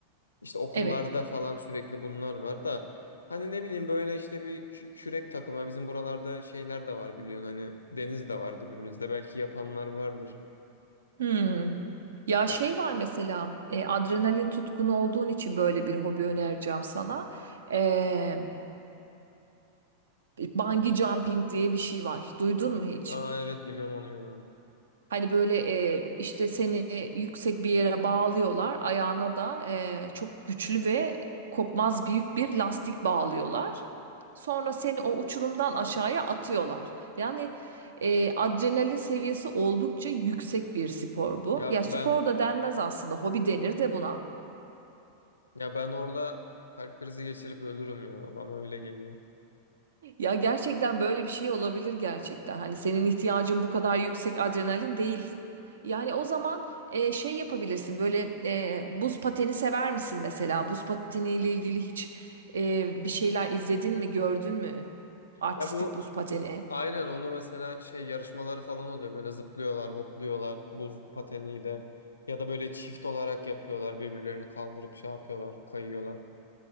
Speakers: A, on the left (about 75°); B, on the right (about 65°).
A: İşte okullarda
B: Evet.
A: falan sürekli bunlar var da hani ne bileyim böyle işte bir kü- kürek takımı bizim buralarda şeyler de var biliyorsun hani deniz de var dibimizde belki yapanlar vardır.
B: Hmm. Ya
A: Ben,
B: şey var mesela e, adrenalin tutkunu olduğun için böyle bir hobi önereceğim sana. E, bungee jumping diye bir şey var. Duydun mu hiç?
A: aa evet biliyorum onu ya.
B: Hani böyle e, işte seni yüksek bir yere bağlıyorlar. Ayağına da e, çok güçlü ve kopmaz büyük bir lastik bağlıyorlar. Sonra seni o uçurumdan aşağıya atıyorlar. Yani e, adrenalin seviyesi oldukça yüksek bir spor bu.
A: Ya
B: Ya spor
A: ben
B: da denmez aslında, hobi denir de buna.
A: ya ben orada kalp krizi geçirip ölürüm ya bana öyle geliyor.
B: Ya gerçekten böyle bir şey olabilir gerçekten. Hani senin ihtiyacın bu kadar yüksek adrenalin değil. Yani o zaman e, şey yapabilirsin. Böyle e, buz pateni sever misin mesela? Buz pateniyle ilgili hiç e, bir şeyler izledin mi, gördün mü? Artistik
A: Ya bu
B: buz pateni.
A: aynen onu mesela şey yarışmaları falan oluyor böyle zıplıyorlar hopluyorlar buz pateniyle ya da böyle çift olarak yapıyorlar birbirlerini kaldırıp şey yapıyorlar kayıyorlar.